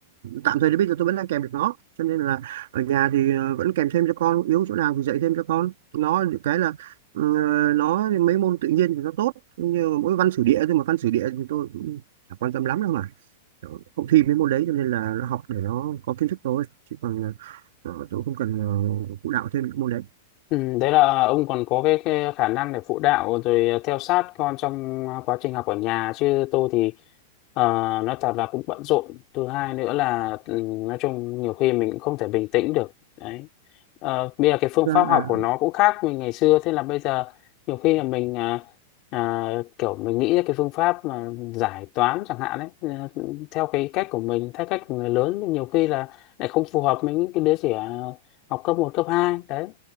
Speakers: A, on the right; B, on the left.
A: tạm thời đến bây giờ tôi vẫn đang kèm được nó cho nên là ở nhà thì ờ, vẫn kèm thêm cho con yếu chỗ nào thì dạy thêm cho con nó được cái là ờ, nó mấy môn tự nhiên thì nó tốt nhưng mà mỗi văn sử địa thôi mà văn sử địa thì tôi cũng chả quan tâm lắm đâu mà không thi mấy môn đấy cho nên là nó học để nó có kiến thức thôi chứ còn Ờ, tôi không cần ờ, phụ đạo thêm những môn đấy
B: Ừ, đấy là ông còn có cái, cái khả năng để phụ đạo rồi à, theo sát con trong quá trình học ở nhà chứ tôi thì ờ, nói thật là cũng bận rộn thứ hai nữa là ừ, nói chung nhiều khi mình cũng không thể bình tĩnh được đấy Ờ, bây giờ cái phương
A: thực
B: pháp
A: ra
B: học
A: là
B: của nó cũng khác mình ngày xưa thế là bây giờ nhiều khi là mình à, à, kiểu mình nghĩ ra cái phương pháp mà giải toán chẳng hạn đấy ờ, theo cái cách của mình theo cách của người lớn thì nhiều khi là lại không phù hợp với những cái đứa trẻ học cấp một cấp 2 đấy